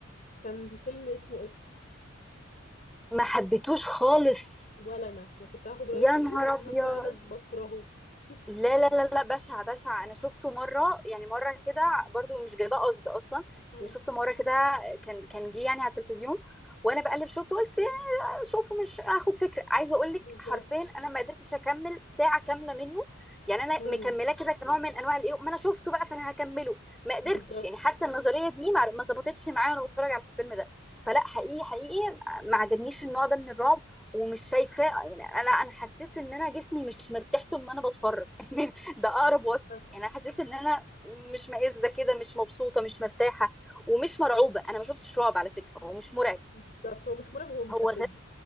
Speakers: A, on the left; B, in the centre.
A: كان الفيلم اسمه إت
B: ما حبيتوش خالص
A: ولا انا انا كنت هاخد رايك
B: يا
A: فيه
B: نهار
A: بس
B: أبيض
A: انا فعلا بكرهه <laughs>
B: لا لا لا لا بشع بشع انا شفته مره يعني مره كده برضو مش جايباه قصد اصلا
A: مم.
B: يعني شفته مره كده كان كان جه يعني على التلفزيون وانا بقلب شفته قلت آه، شوفه مش هاخد فكره عايزه اقول لك
A: بالظبط
B: حرفيا انا ما قدرتش اكمل ساعه كامله منه يعني انا
A: مم.
B: مكملاه كده كنوع من انواع الايه ما انا شفته بقى فانا هكمله ما قدرتش
A: بالظبط
B: يعني حتى النظريه دي ما ما ظبطتش معايا وانا بتفرج على الفيلم ده فلا حقيقي حقيقي ما عجبنيش النوع ده من الرعب ومش شايفاه يعني انا لا انا حسيت ان انا جسمي مش مرتاح طول ما انا بتفرج <laughs> يعني ده اقرب وصف
A: حصل
B: يعني انا حسيت ان انا مش مائزه كده مش مبسوطه مش مرتاحه ومش مرعوبه انا ما شفتش رعب على فكره هو مش مرعب
A: بالظبط هو مش مرعب هو مستفز
B: هو غ...